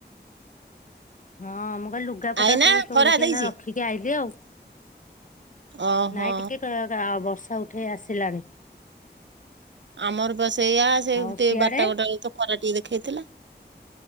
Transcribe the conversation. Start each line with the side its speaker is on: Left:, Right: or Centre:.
Left: ହଁ ମୁଁ କହିଲି ଲୁଗାପଟା
Right: ଆଇନା
Left: ସବୁ ତୋଳିକି
Right: ଖରା ଦେଇଛି
Left: ଏଇନା ରଖି ଟିକେ ଆଇଲିି ଆଉ।
Right: ଓହୋ।
Left: ନାଇଁ ଟିକେ ବର୍ଷା ଉଠେଇ ଆସିଲାଣି।
Right: ଆମର ବା ସେ ଏଇଆ ସେ
Left: ଆଉ ସିଆଡେ
Right: ବାରଟା - ଗୋଟେ ବେଳକୁ ତ ଖରା ଟିକେ ଦେଖେଇ ଥିଲା।